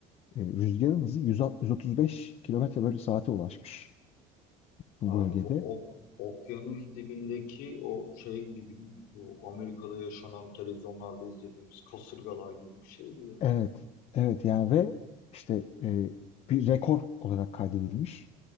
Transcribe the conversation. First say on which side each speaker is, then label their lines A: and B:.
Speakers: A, on the left; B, on the left.
A: E, rüzgarın hızı 160 135 kilometre bölü saate ulaşmış bu
B: Abi
A: bölgede.
B: bu ok, okyanus dibindeki o şey gibi bu Amerika'da yaşanan televizyonlarda izlediğimiz kasırgalar gibi bir şey bu ya.
A: Evet, evet yani ve işte e, bir rekor olarak kaydedilmiş.